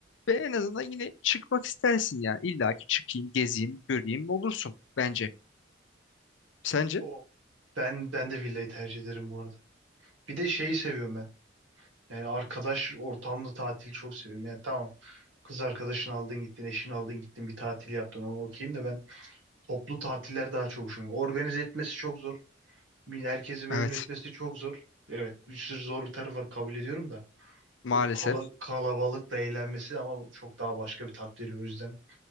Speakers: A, on the left (about 70°); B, on the right (about 70°).
A: Ve en azından yine çıkmak istersin yani. İlla ki çıkayım, gezeyim, göreyim olursun bence. Sence?
B: O ben ben de villayı tercih ederim bu arada. Bir de şeyi seviyorum ben. Yani arkadaş ortamlı tatili çok seviyorum. Yani tamam kız arkadaşını aldın gittin, eşini aldın gittin bir tatil yaptın ona okeyim de ben toplu tatiller daha çok hoşuma gidiyor. Organize etmesi çok zor. Herkesi memnun
A: Evet.
B: etmesi çok zor. Evet bir sürü zor bir tarafı var kabul ediyorum da.
A: Maalesef.
B: O kala- kalabalıkla eğlenmesi ama çok daha başka bir tat veriyor o yüzden